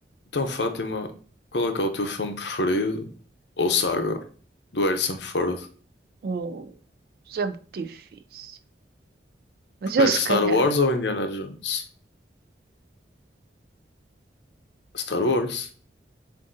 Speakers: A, on the left; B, on the right.
A: Então, Fátima, qual é que é o teu filme preferido ou saga do Harrison Ford?
B: Oh, isso é muito difícil. Mas
A: Preferes
B: ele, se calhar,
A: Star Wars ou Indiana Jones? Star Wars.